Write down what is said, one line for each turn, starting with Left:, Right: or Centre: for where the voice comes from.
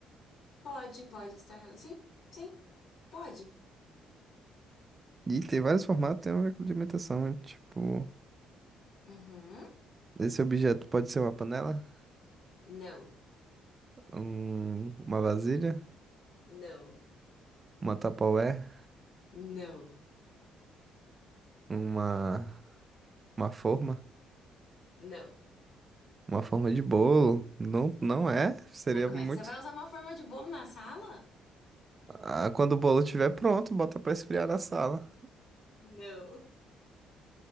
Left: Pode, pode estar. rela- Sim, sim, pode.
Right: E tem vários formatos que tem a ver com alimentação. né? Tipo,
Left: Uhum.
Right: esse objeto pode ser uma panela,
Left: Não,
Right: um- uma vasilha,
Left: não,
Right: uma Tupperware,
Left: não,
Right: uma Uma forma?
Left: não.
Right: Uma forma de bolo? Não, não é? Seria
Left: Mas como
Right: muito.
Left: é que você vai usar uma forma de bolo na sala?
Right: Ah, quando o bolo estiver pronto, bota pra esfriar na sala.
Left: Não.